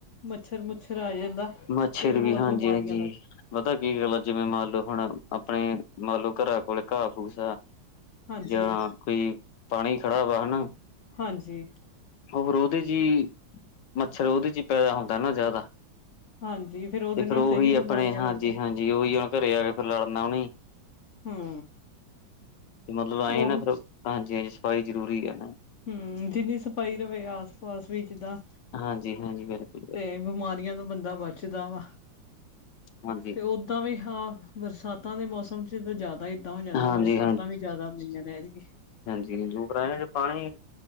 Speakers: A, on the left (about 55°); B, on the left (about 70°).
A: ਮੱਛਰ ਮੁੱਛਰ ਆ ਜਾਂਦਾ-
B: ਮੱਛਰ
A: ਫੇਰ
B: ਵੀ,
A: ਹੋਰ
B: ਹਾਂਜੀ
A: ਬਿਮਾਰੀਆਂ
B: ਹਾਂਜੀ-
A: ਲੱਗ
B: ਪਤਾ ਕੀ ਗੱਲ ਜਿਵੇਂ ਮੰਨ ਲਓ, ਹੁਣ ਆਪਣੇ ਮੰਨ ਲਓ, ਘਰਾਂ ਕੋਲ ਘਾਹ ਫੂਸ ਆ-
A: ਹਾਂਜੀ
B: ਜਾਂ ਕੋਈ ਪਾਣੀ ਖੜਾ ਵਾ ਹਨਾ।
A: ਹਾਂਜੀ।
B: ਹੋ ਫੇਰ ਉਹਦੇ ਚ ਹੀ ਮੱਛਰ ਉਹਦੇ ਚ ਹੀ ਪੈਦਾ ਹੁੰਦਾ ਨਾ ਜ਼ਿਆਦਾ।
A: ਹਾਂਜੀ ਫੇਰ ਉਹਦੇ
B: ਤੇ
A: ਨਾਲ
B: ਫ਼ਿਰ ਉਹੀ
A: ਕਈ ਬਿਮਾਰੀਆਂ
B: ਆਪਣੇ ਹਾਂਜੀ
A: ਲੱਗਦੀਆਂ
B: -ਹਾਂਜੀ ਉਹੀ ਉਹ ਘਰੇ ਆ ਕੇ ਫਿਰ ਲੜਨਾ ਉਹਨੇ
A: ਹੂੰ
B: ਤੇ ਮਤਲਬ ਆਏ
A: ਉਹੀ
B: ਨਾ ਫਿਰ ਹਾਂਜੀ-ਹਾਂਜੀ ਸਫਾਈ ਜ਼ਰੂਰੀ ਹੈ।
A: ਹੂੰ ਜਿੰਨੀ ਸਫਾਈ ਰਹੇ ਆਸ ਪਾਸ ਵੀ ਜਿੱਦਾਂ
B: ਹਾਂਜੀ ਹਾਂਜੀ ਬਿਲਕੁਲ
A: ਤੇ ਬਿਮਾਰੀਆਂ ਤੋਂ ਬੰਦਾ ਬਚਦਾ ਵਾ।
B: ਹਾਂਜੀ।
A: ਅਤੇ ਉੱਦਾਂ ਵੀ ਹਾਂ ਬਰਸਾਤਾਂ ਦੇ ਮੌਸਮ 'ਚ ਤਾਂ ਜ਼ਿਆਦਾ ਹੀ। ਜਿੱਦਾਂ ਹੋ ਜਾਂਦਾ
B: ਹਾਂਜੀ
A: ਬਰਸਾਤਾਂ ਵੀ ਜ਼ਿਆਦਾ ਹੁੰਦੀਆਂ ਨੇ ਐਤਕੀ।
B: ਜੀ ਜੂ ਫਿਰ ਪਾਣੀ